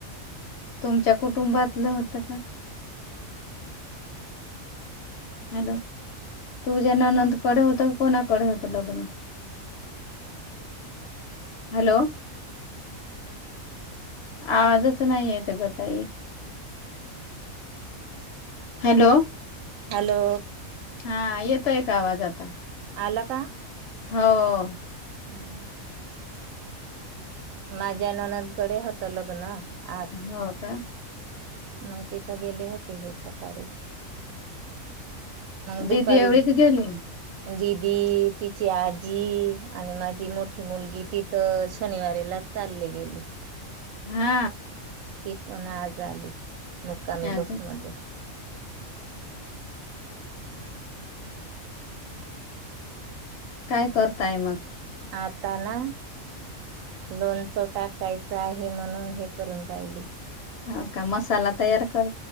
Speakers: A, on the left; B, on the right.
A: तुमच्या कुटुंबातलं होतं का हॅलो तू ज्याना नंदकडे होत क कोणाकडे होत लग्न -हॅलो आवाजच नाहीयेत गं ताई हॅलो
B: हॅलो
A: हा येेतोय का आवाज आता?
B: आला का?
A: हो.
B: हम्म. माझ्या ननंदकडे होतं लग्न आज
A: हो का
B: मग तिथं गेले होते की चकारी दुपारी
A: दिदी एवढीच गेली
B: दिदी तिची आजी आणि माझी मोठी मुलगी तिथ शनिवारीलाच चाली गेली.
A: हा
B: ती पण आज आली मुक्कामी
A: हा
B: बसमध्ये
A: काय करताय मग
B: आता ना लोणचो टाकायचा आहे म्हणून हे करून राहिली
A: हो का मसाला तयार कर